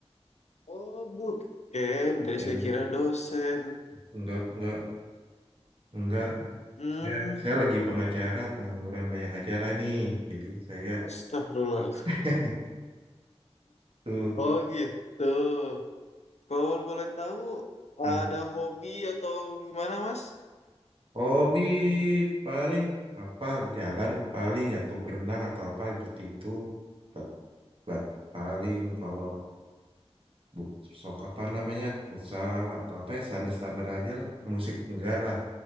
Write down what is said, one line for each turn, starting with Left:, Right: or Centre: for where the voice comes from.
Left: Oh, bootcamp. Dari
Right: Ya,
Left: saya kira dosen.
Right: enggak, enggak, enggak.
Left: Hmm,
Right: Saya, saya lagi pengacara, pengangguran banyak acara nih. Jadi saya
Left: astagfirullahaladzim.
Right: <laughs> tuh
Left: Oh gitu. Kalau boleh tahu,
Right: hmm,
Left: ada hobi atau gimana Mas?
Right: hobi paling apa jalan paling atau berenang atau apa seperti itu. bat bat paling kalau bu, sok apa namanya futsal atau apa ya standar-standar aja lah. Musik enggak lah.